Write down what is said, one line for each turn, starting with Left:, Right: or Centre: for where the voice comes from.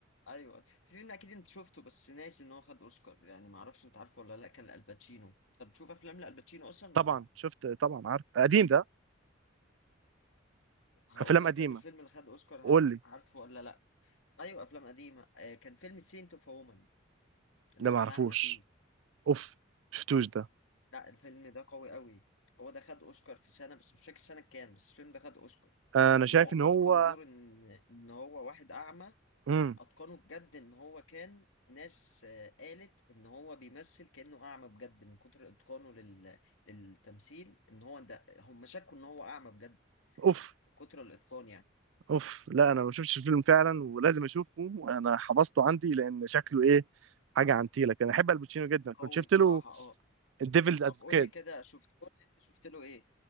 Left: ايوه في فيلم اكيد انت شفته بس ناسي ان هو خد اوسكار يعني ما اعرفش انت عارفه ولا لا كان الباتشينو انت بتشوف افلام لالباتشينو اصلا
Right: طبعا
Left: ولا
Right: شفت طبعا عارف قديم ده
Left: هقول
Right: افلام
Left: لك
Right: قديمه
Left: طيب الفيلم اللي خد اوسكار
Right: قول
Left: هت...
Right: لي
Left: عارفه ولا لا ايوه افلام قديمه آه كان فيلم سينت اوف وومن اللي
Right: ده
Left: هو
Right: ما
Left: كان
Right: اعرفوش
Left: اعمى فيه
Right: اوف شفتوش ده
Left: لا الفيلم ده قوي قوي هو ده خد اوسكار في سنه بس مش فاكر سنه كام بس الفيلم ده خد اوسكار
Right: آه، انا
Left: ان
Right: شايف
Left: هو اتقن
Right: ان هو
Left: دور ان ان هو واحد اعمى
Right: امم
Left: اتقنه بجد ان هو كان ناس آه، قالت ان هو بيمثل كانه اعمى بجد من كتر اتقانه لل... للتمثيل ان هو ده هم شكوا ان هو اعمى بجد
Right: اوف
Left: من كتر الاتقان يعني
Right: اوف لا انا ما شفتش الفيلم فعلا ولازم اشوفه انا حفظته عندي لان شكله ايه حاجه عن تيلك انا احب الباتشينو جدا كنت
Left: قوي
Right: شفت
Left: بصراحه
Right: له
Left: اه
Right: الديفلز
Left: طب
Right: ادفوكيت
Left: قول لي كده شفت قول لي انت شفت له ايه